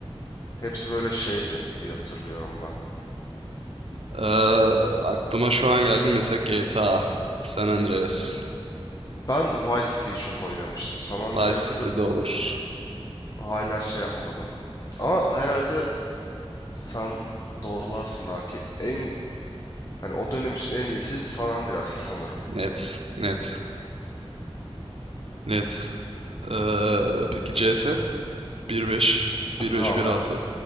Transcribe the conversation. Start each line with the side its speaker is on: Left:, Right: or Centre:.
Left: hepsi böyle şeydi diye hatırlıyorum ben.
Right: Ee, aklıma şu an geldi mesela GTA, San Andreas,
Left: Ben Vice City'yi çok oynamıştım. San Andreas'ı
Right: Vice City'de olur.
Left: hala şey yapmadım. Ama herhalde sen doğrularsın belki. En hani o dönem için en iyisi San Andreas sanırım.
Right: Net, net, net. Ee, peki CS? 1.5,
Left: <laughs>
Right: 1.5, 1.6.